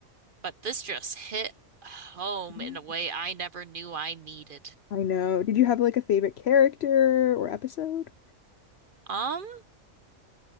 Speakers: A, on the right; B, on the left.
A: but this just hit home
B: Mhm.
A: in a way I never knew I needed.
B: I know. Did you have like a favorite character or episode?
A: Um,